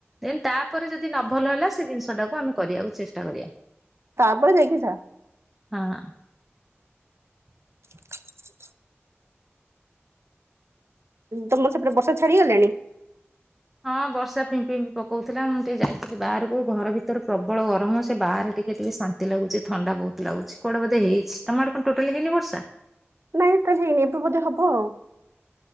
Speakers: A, in the centre; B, on the right (about 75°).
A: ଦେନ୍ ତାପରେ ଯଦି ନ ଭଲ ହେଲା ସେ ଜିନିଷ ଟାକୁ ଆମେ କରିବାକୁ ଚେଷ୍ଟା କରିବା
B: ତାପରେ ଯାଇକି ଯାହା
A: ହଁ।
B: <inaudible> ତମର ସେପଟେ ବର୍ଷା ଛାଡିଗଲାଣି?
A: ହଁ ବର୍ଷା ପିମ୍ପି ପିମ୍ପି ପକଉଥିଲା ମୁଁ ଟିକେ ଯାଇଥିଲି ବାହାରକୁ ଘର ଭିତରେ ପ୍ରବଳ ଗରମ ସେ ବାହାରେ ଟିକେ ଟିକେ ଶାନ୍ତି। ଶାନ୍ତି ଲାଗୁଛି ଥଣ୍ଡା ବହୁତ ଲାଗୁଚି ବୋଧେ ହେଇଛି ତମ ଆଡେ କଣ ଟୋଟାଲି ହେଇନି ବର୍ଷା?
B: ନାଇଁ ତ ହେଇନି ଏବେ ବୋଧେ ହବ ଆଉ।